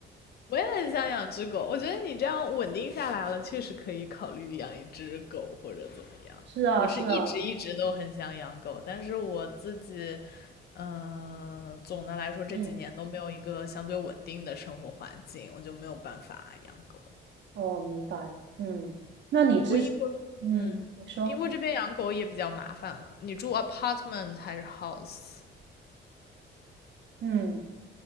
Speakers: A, on the left (about 55°); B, on the right (about 65°).
A: 我也很想养只狗，我觉得你这样稳定下来了，确实可以考虑养一只狗或者怎么样。
B: <laughs> 是啊，
A: 我是一直一直都很想养狗，
B: 是啊，
A: 但是我自己，嗯、总的来说这几年都没有一个相对稳定的生活环境，
B: 嗯。
A: 我就没有办法养狗。
B: 哦，明白。嗯，那你之，
A: 不过英国，
B: 嗯，
A: 嗯，
B: 你说，
A: 英国这边养狗也比较麻烦吧？你住 apartment 还是 house？
B: 嗯，